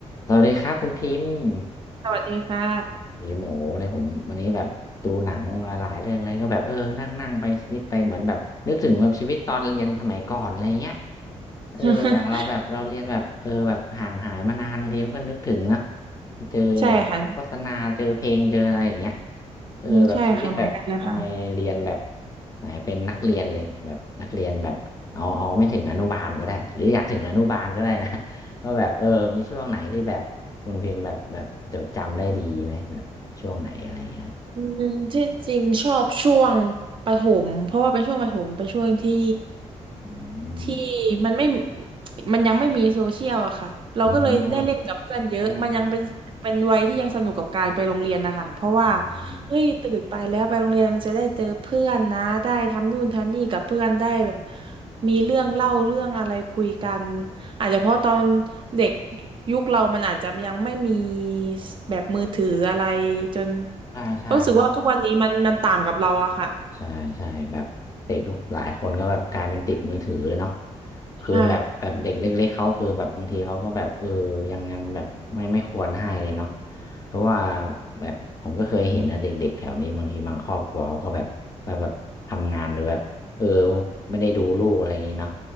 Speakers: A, on the left; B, on the right.
A: สวัสดีครับคุณพิมพ์ <laughs>
B: สวัสดีค่ะ
A: ผีหมูเนี่ยผมวันนี้แบบดูหนังมาหลายเรื่องเลยก็แบบเออนั่งนั่งไปชีวิตไปเหมือนแบบนึกถึงแบบชีวิตตอนเรียนสมัยก่อนอะไรเงี้ยเอออย่างเราแบบเราเรียนแบบเออแบบห่างหายมานานบางทีมันก็นึกถึงนะ
B: <laughs>
A: ที่เจอแบบโฆษณาเจอเพลงเจออะไรอย่างเงี้ย
B: ใช่ค่ะ
A: เออแบบชีวิตแบบทำไมเรียนแบบ
B: อืมใช่ค่ะเหมือนกันเลยค่ะ <laughs>
A: ไหนเป็นนักเรียนเลยแบบนักเรียนแบบเอาเอาไม่ถึงอนุบาลก็ได้หรืออยากถึงอนุบาลก็ได้นะ <laughs> ว่าแบบเออมีช่วงไหนที่แบบคุณพิมพ์แบบแบบจดจำได้ดีไหมแบบ ช่วงไหนอะไรอย่างเงี้ยครับ
B: อืมที่จริงชอบช่วงประถมเพราะว่าเป็นช่วงประถมเป็นช่วงที่
A: อืม
B: ที่มันไม่มันยังไม่มีโซเชียลอะค่ะเราก็เลยได้เล่นกับเพื่อนเยอะมันยังเป็นเป็นวัยที่ยังสนุกกับการไปโรงเรียนนะคะเพราะว่า
A: อืมอืมอืม
B: เฮ้ยตื่นไปแล้วไปโรงเรียนมันจะได้เจอเพื่อนนะได้ทำนู่นทำนี่กับเพื่อนได้แบบมีเรื่องเล่าเรื่องอะไรคุยกันอาจจะเพราะตอนเด็กยุคเรามันอาจจะยังไม่มีแบบมือถืออะไรจน
A: ใช่ใช่เนาะ
B: เพราะรู้สึกว่าทุกวันนี้มันมันต่างกับเราอะค่ะ
A: ใช่ใช่แบบเด็กทุกหลายคนก็แบบกลายเป็นติดมือถือเลยเนาะคือแบบแบบเด็กเล็กๆเขาคือแบบบางทีเขาก็แบบเออยังยังแบบไม่ไม่ควรให้เลยเนาะ
B: ใช่
A: เพราะว่าแบบผมก็เคยเห็นนะเด็กๆแถวนี้บางทีบางครอบครัวเขาก็แบบแบบแบบทำงานหรือแบบเออไม่ได้ดูลูกอะไรอย่างเงี้เนาะ